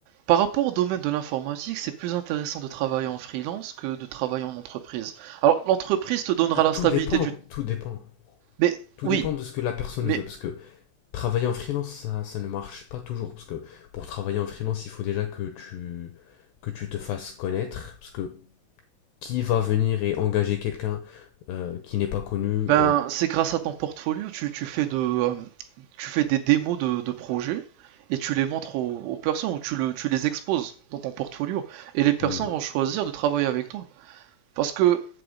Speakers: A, on the right; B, on the left.
A: par rapport au domaine de l'informatique, c'est plus intéressant de travailler en freelance que de travailler en entreprise. Alors, l'entreprise te donnera
B: Ah, tout
A: la stabilité
B: dépend,
A: du...
B: tout dépend.
A: Mais
B: Tout
A: oui,
B: dépend de ce que la personne
A: mais
B: veut, parce que travailler en freelance, ça, ça ne marche pas toujours, parce que pour travailler en freelance, il faut déjà que tu, que tu te fasses connaître, parce que qui va venir et engager quelqu'un euh, qui n'est pas connu,
A: Ben,
B: euh,
A: c'est grâce à ton portfolio, tu, tu fais de, euh, tu fais des démos de, de projets et tu les montres aux, aux personnes ou tu, le, tu les exposes dans ton portfolio et les personnes
B: Hmm.
A: vont choisir de travailler avec toi. Parce que,